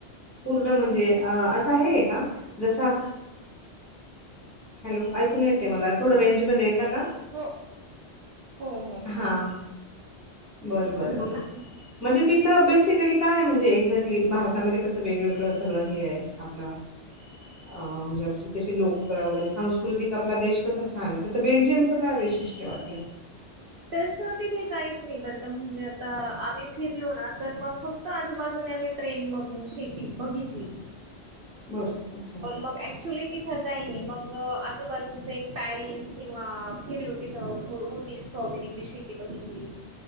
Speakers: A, on the left; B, on the right.
A: पूर्ण म्हणजे, असं हेय का जसा हॅलो, ऐकून येते मला थोडं रेंज मध्ये येतं का?
B: हो... - हो... -हो...
A: हां
B: -हो...
A: बरं...
B: हं,
A: - बरं... -
B: बोला
A: बरं... म्हणजे, तिथं बेसिकली काय म्हणजे? एक्झॅक्टली भारतामध्ये कसं वेगवेगळं सगळं हे आहे. <unintelligible> अ... म्हणजे कशी लोक करा वगैरे, सांस्कृतिक आपला देश कसा छान आहे. तसं बेल्जियमचं काय वैशिष्ट्य वाटलं?
B: तसं, तिथे काहीच नाही. बरं म्हणजे तर आम्ही फिरलो ना. तर मग फक्त आजूबाजूने आम्ही ट्रेन मधून शेती बघितली.
A: बरं अच्छा
B: पण मग अँक् क्च्युली तिथं काही नाही. मग आजूबाजूच एक पॅरिस किंवा फिरलू तिथं होतीस. स्ट्रॉबेरी ची शेती बघितली.